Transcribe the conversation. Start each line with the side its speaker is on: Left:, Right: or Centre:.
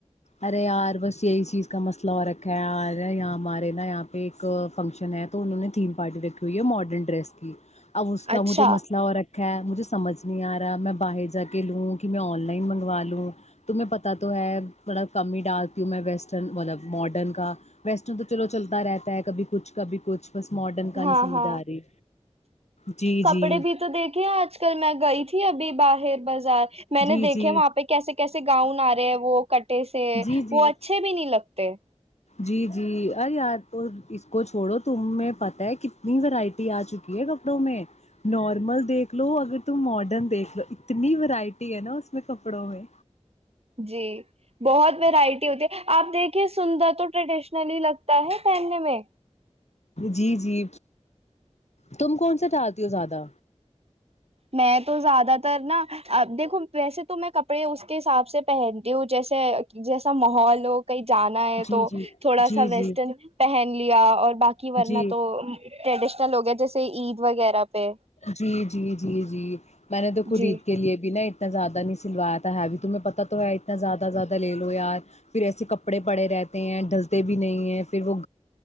Left: ارے یار بس یہی چیز کا مسئلہ اور رکھا ہے یہاں ہمارے نا یہاں پہ ایک فنکشن ہے تو انہوں نے تھیم پارٹی رکھی ہوئی ہے ماڈرن ڈریس کی اب اس کا
Right: اچھا
Left: مجھے مسئلہ اور مجھے سمجھ نہیں آ رہا ہے میں باہر جا کے لوں کہ میں آن لائن منگوا لوں تمہیں پتتا تو ہے تھوڑا کم ہی ڈالتی ہوں میں ویسٹرن مطلب ماڈرن کا ویسٹرن تو چلو چلتا رہتا ہے کبھی کچھ کبھی کچھ بس ماڈرن کا
Right: ہاں
Left: نہیں سمجھ
Right: ہاں
Left: آ رہی جی
Right: کپڑے
Left: جی
Right: بھی تو دیکھے آج کل میں گئی تھی ابھی باہر بازار میں نے
Left: جی
Right: دیکھے
Left: جی
Right: وہاں پہ کیسے کیسے گاؤں آ رہ وہ ک <unintelligible> سے
Left: جی
Right: وہ
Left: جی
Right: اچھے بھی نہیں لگتے
Left: جی جی ارے یار تو اس کو چھوڑو تمیں پتہ ہے کتنی ورائٹی آ چکی ہے کپڑوں میں نارمل دیکھ لو اگر تم ماڈرن دیکھ لو اتنی ورائٹی ہے نا اس میں کپڑوں میں
Right: جی بہت وورائٹی ہوتی ہے آپ دیکھیے سندر تو ٹریڈیشنل ہی لگتا ہے پہننے میں
Left: جی جی تم کون سا ڈالتی ہو زیادہ
Right: میں تو زیادہ تر نا ا دیکھو ویسے تو میں کپڑے اس کے حساب سے پہنتی ہوں جیسے جیسا محول ہو کہیں جانا ہے
Left: جی
Right: تو
Left: جی
Right: تھوڑا
Left: جی
Right: سا
Left: جی
Right: ویسٹرن پہن لیا اور باقی ورنہ
Left: جی
Right: تو ٹریڈشن لگ ہیں جیسے عید وغیرہ پہ
Left: جی جی جی جی جی میں نے تو خود
Right: جی
Left: عید کے لیے بھی نا اتنا زیادہ نہیں سلوایا تھا ہےوی تمہیں پتتا تو ہے اتنا زیادہ زیادہ لے لو یار پھر ایسے کپڑے پڑے رہتے ہیں ڈلتے بھی نہیں ہے پھر وہ